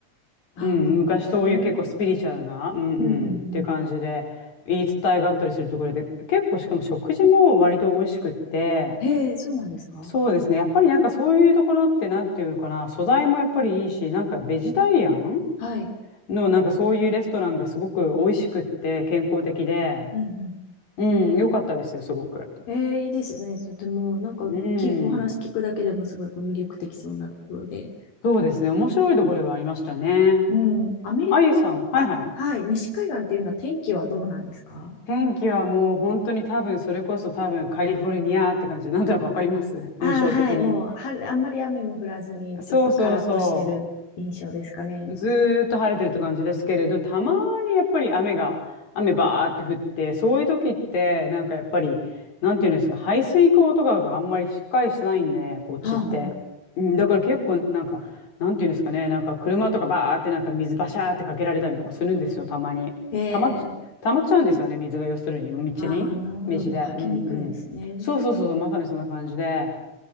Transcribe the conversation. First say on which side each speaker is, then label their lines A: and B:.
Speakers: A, on the left (about 85°); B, on the left (about 55°).
A: ああ、
B: うん、
A: なるほどですね。
B: 昔そういう結構スピリチュアルな、
A: うん
B: うんうんっていう感じで言い伝えがあったりするところで、
A: うんうん。
B: 結構しかも食事も割と美味しくって、
A: へえ、そうなんですか
B: そうですね、やっぱりなんかそういうところってなんていうのかな、素材もやっぱりいいし、なんかベジタリアン
A: はい。
B: のなんかそういうレストランがすごく美味しくって健康的で、
A: うんう
B: うん、良かったですよ、すごく。
A: ん。ええ、いいですね。とても、なんか、
B: うん、
A: き、お話聞くだけでもすごいこう魅力的そうなところで。
B: そうですね、面白いところではありましたね。
A: うん。アメリカの、
B: あゆさん、はいはい。
A: あ、はい、西海岸っていうのは天気はどうなんですか
B: 天気はもう本当に多分それこそ多分カリフォルニアって感じでなんとなくわかります印象的に。
A: ああー、はい、もう、は、あんまり雨も降らずに、ちょっとカラッとしてる印象ですかね。
B: そうそうそう。ずーっと晴れてるって感じですけれど、たまにやっぱり雨が、雨バーって降って、そういう時って、なんかやっぱり、なんていうんですか、排水溝とかがあんまりしっかりしてないんで、こっちって。
A: ああ、あ
B: うんだから結構なんか、なんていうんですかね、なんか車とかバーってなんか水バシャーってかけられたりとかするんですよ、たまに。
A: あええ、
B: たまっち、たまっちゃうんですよね、水が要するに、道に、
A: ああ、なるほど。
B: 道で。
A: もう、履きにくいんですね。
B: うんうん。そうそうそうそう、まさにそんな感じで。